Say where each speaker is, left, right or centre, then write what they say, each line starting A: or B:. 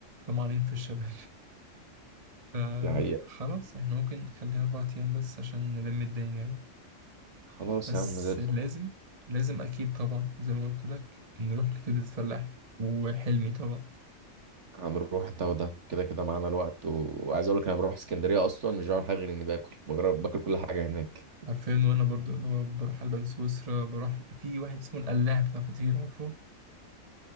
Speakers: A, on the right; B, on the right.
A: طمعانين في الشباب فخلاص
B: دي حقيقة
A: احنا ممكن نخليها أربع أيام بس عشان نلم الدنيا يعني.
B: خلاص
A: بس
B: يا عم زي الفل
A: لازم لازم أكيد طبعا زي ما قلت لك نروح لكبدة الفلاح وحلمي طبعا
B: هنروح ده وده كده كده معانا الوقت و... وعايز اقول لك انا بروح اسكندريه اصلا مش بعمل حاجه غير اني باكل بجرب باكل كل حاجه هناك
A: حرفيا وأنا برضو اللي هو بروح ألبان سويسرا بروح في واحد اسمه القلاع بتاع فطير عارفه